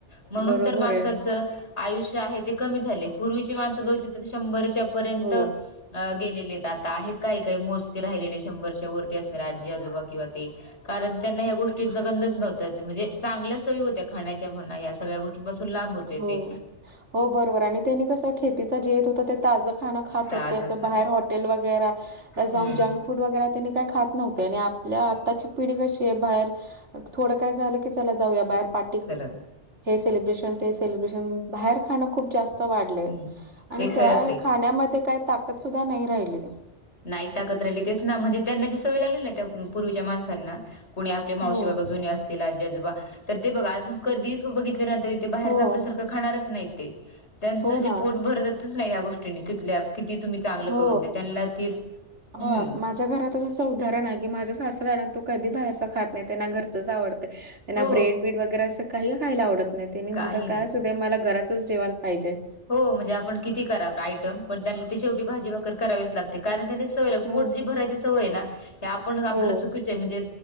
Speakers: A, on the left; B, on the right.
A: म्हणून
B: बरोबर
A: तर माणसाच
B: आहे
A: आयुष्य आहे ते क झाले पूर्वीची माणसं बघितली तर शंभरच्या पर्यंत
B: हो
A: गेलेले आहेत आता आहेत काही काही मोजती राहिलेले शंभरच्या वरती राजी आजोबा किंवा ते कारण त्यांना ह्या गोष्टींचा गंधच नव्हत म्हणजे चांगल्या सयी होत्या खाण्याच्या म्हणा या सगळ्या गोष्टींपासून लांब होते
B: हो
A: ते
B: हो बरोबर आणि त्यांनी कसं खेतीचा जे येत होता ते ताज. ख खात
A: ताजं
B: होते अस
A: खाणं
B: बाहेर हॉटेल वगैर जा
A: हम्म
B: जं. फूड वगैरे त्यांनी काही खात नव्हते आणि आपल्या आत्ताची पिढी कशी आहे बाहेर. थोडं काय झालं की चला जाऊया बाहेर पा. ू
A: सरळ
B: स्रेशब्र बा ख. खूप जास्त वाढले
A: हम्म
B: आणि
A: ते
B: त्या
A: खरंच आहे.
B: खाण्यामध्ये काही ताकद सुद्धा नाही राहिली.
A: नाही ताकत राहिली तेच ना म्हणजे त्यांना जी सवय लागली ना त्या पूर्वीच्या माणसांना. कुणी आपले मावशी
B: हो,
A: बाग जुने असतीलजजोबा तर ते बघा अजून कधी बघित. बा
B: हो,
A: ख नाही त्यां
B: हो ना.
A: भ. नाही या गोष्टील्या किती तुम्ही चांगलं
B: हो
A: करून द्या त्यांना. ती
B: हो
A: हम्म
B: माझ्या घरात. सं उदाहरण आहे की माझ्या सासरा आणि तो कधी बाहेरच खात नाही त्यांना घरचच आवडते. त्यांना
A: हो
B: ब्रेड बीड वगैरे असं काही खायला आवडत नाही त्यांनी म्हणतात
A: काही
B: का
A: नाही.
B: सुध मला घरातच जेवण पाहिजे.
A: हो म्हणजे आपण किती कराव आयटम पण त्यांना ते शेटी भाजी भाकर करावीच लागते. ते कारण त्यांनी सवय ला
B: हो
A: पोट जी भरायची सवय ना. हे आपणच
B: हो
A: आपलं चुकीचे म्हणजे